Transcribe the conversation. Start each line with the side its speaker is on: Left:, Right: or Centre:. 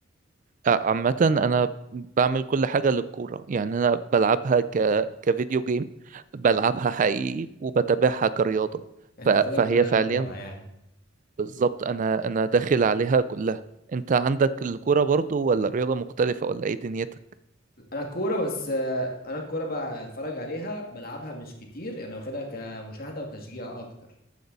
Right: آه، عامة انا بعمل كل حاجة للكورة يعني انا بلعبها ك كفيديو جيم بلعبها حقيقي وبتابعها كرياضة
Left: انت
Right: ف-
Left: واخدها
Right: فهي
Left: كلها
Right: فعليا
Left: من بابها يعني
Right: بالظبط انا انا داخل عليها كلها انت عندك الكوره برضو ولا رياضه مختلفه ولا ايه دنيتك
Left: انا الكورة بس آه، انا الكورة بقى اتفرج عليها بلعبها مش كتير يعني انا واخدها كمشاهدة وتشجيع اكتر